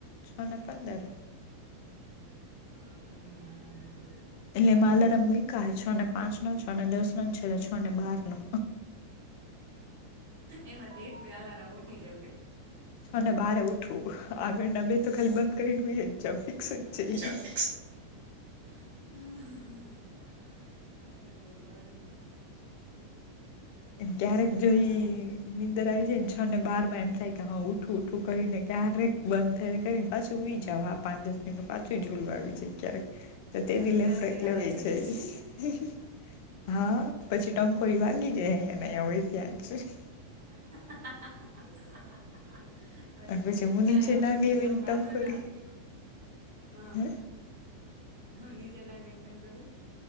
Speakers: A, on the left; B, on the right.
A: છ ને પંદર
B: હમ <inaudible>
A: એટલે માલારમ વિકાય છ ને પાંચ નો છ ને દસ નો છેલ્લે છ ને બાર નો
B: એમાંથી એક પ અલારા ઉઠી જ
A: છ ને બારે ઉઠવું આગળના બે તો ખાલી બંધ કરીને હુઇ જવુ ફિક્સ જ
B: ફ
A: છે ઈ
B: હ હે ભગવાન એટલે
A: ક્યારેક
B: હવે
A: જોઈ
B: આ
A: નીંદર આવી જાય ને છ ને બાર માં એમ થાય કે હા ઉઠું ઉઠું કરીને ક્યારેક બંધ થાય કરીને પાછી હુઇ જાવ હા પાંચ દસ મિનિટ પાછું ઝોલું આવી જાય ક્યારેક તો તે
B: પછી
A: દિ
B: ક્યારે
A: લેફ્ટ રાઈટ
B: થઈ સાડા
A: લેવાય
B: છ થઈ
A: જાય.
B: જાય
A: હા પછી ટંકોઈ વાગી જાય અહંયાયા હોય ત્યાંજ.
B: <unintelligible>
A: અને પછી હું
B: ના
A: નીચે
B: એવો ઘર
A: ગઈ
B: પર
A: હોય ને
B: વાંધો
A: ટંકોરી
B: ના આવે. હા
A: હે
B: ધો નીચેના ગેન્ટન કરી